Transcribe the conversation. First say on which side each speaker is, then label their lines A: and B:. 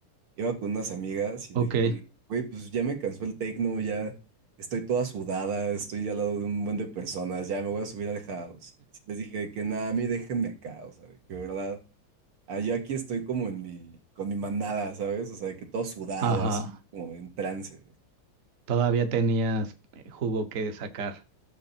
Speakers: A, on the right; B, on the right.
A: Iba con unas amigas y
B: Ok,
A: me dijeron, güey, pues ya me cansó el tecno, ya estoy toda sudada, estoy ya al lado de un buen de personas, ya me voy a subir al house. Y les dije que nada, a mí déjenme acá, o sea, de que verdad, ah, yo aquí estoy como en mi, con mi manada, ¿sabes? O sea, de que todo sudado,
B: ajá.
A: así como en trance.
B: Todavía tenías eh, jugo que sacar.